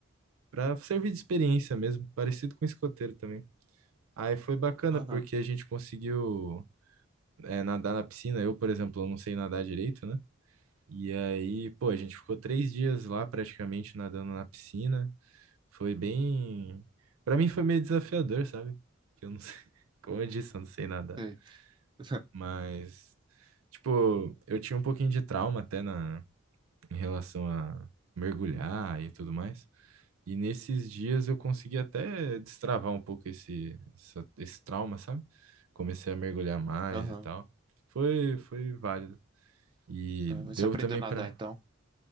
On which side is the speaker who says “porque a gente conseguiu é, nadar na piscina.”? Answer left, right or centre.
Right